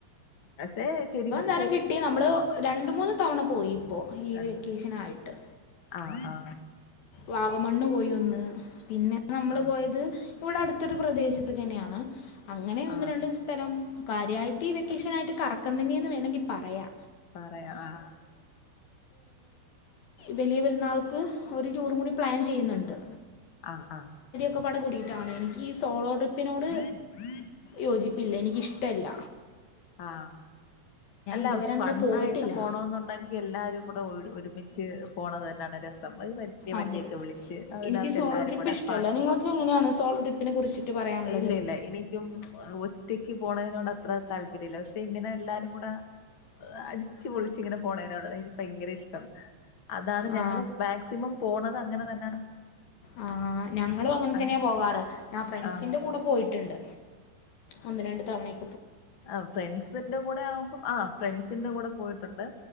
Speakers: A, on the left; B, on the left.
A: പക്ഷേ ശെരിക്കും
B: <unintelligible> കിട്ടി നമ്മള് രണ്ട് മൂന്ന് തവണ പോയി ഇപ്പോ ഈ
A: രണ്ട്
B: വെക്കേഷനായിട്ട്
A: ആഹ് ആ
B: വാഗമണ്ണ് പോയ് വന്ന് പിന്നെ നമ്മള്
A: ആഹ് ആഹ്
B: പോയത് ഇവിടെ അടുത്തൊരു പ്രദേശത്ത് തന്നെയാണ് അങ്ങനെ ഒന്ന്
A: ആഹ്
B: രണ്ട് കാര്യായിട്ട് ഈ വെക്കേഷൻ ആയിട്ട് കറക്കം തന്നെയന്ന് വേണങ്കി പറയാ
A: പറയാം ആ
B: വലിയ പെരുന്നാൾക്ക് ഒരു ടൂറും കൂടി പ്ലാൻ ചെയ്യുന്നുണ്ട്
A: ആഹ ആഹ
B: പ്പട കൂടിയിട്ടാണ് എനിക്ക് ഈ സോളോട്രി പ്പിനോട്
A: ആഹ്
B: യോജി പ്പില്ല എനിക്കിഷ്ടല്ല
A: ആഹ് അല്ല
B: ഇതുവരെ അങ്ങനെ
A: ഫണ്ണായിട്ട്
B: പോയിട്ടില്ല
A: പോണോന്നുണ്ടെങ്കിൽ എല്ലാരും കൂടെ ഒരു ഒരുമിച്ച് പോണത് തന്നെയാണ് രസം അപ്പോ വെല്ല്യ വണ്ടിയൊക്കെ
B: അതെ
A: വിളിച്ച് അതിനാത്ത്
B: എനിക്ക് സോളോ
A: എല്ലാരും
B: ട്രിപ്പ്
A: കൂടെ
B: ഇഷ്ടമല്ല
A: പാട്ടും
B: നിങ്ങൾക്ക് എങ്ങനെയാണ് സോളോ ട്രിപ്പിനെ കുറിച്ചിട്ട് പറയാനുള്ളത്
A: ഇല്ല ഇല്ല എനിക്കും ഒറ്റ് റ്റക്ക് പോണതിനോട് അത്ര താല്പര്യല്ല പക്ഷെ ഇങ്ങനെ എല്ലാരും കൂടെ അടിച്ച് പൊളിച്ചിങ്ങനെ പോണേനോട് എനിക്ക് ഭയങ്കര ഇഷ്ടം അതാണ് ഞങ്ങള്
B: ആ,
A: മാക്സിമം പോണത് അങ്ങനെ തന്നെ
B: ആ ഞങ്ങളും അങ്ങനെ
A: അങ്ങ്
B: തന്നെയാ പോകാറ് ഞാൻ ഫ്രണ്ട്സിന്റെ
A: ആഹ്
B: കൂടെ പോയിട്ടുണ്ട് ഒന്ന് രണ്ട് തവണയെ
A: ആ ഫ്രണ്ട്സിന്റെ കൂടെ ആവുമ്പം ആ ഫ്രണ്ട്സിന്റെ കൂടെ പോയിട്ടുണ്ട്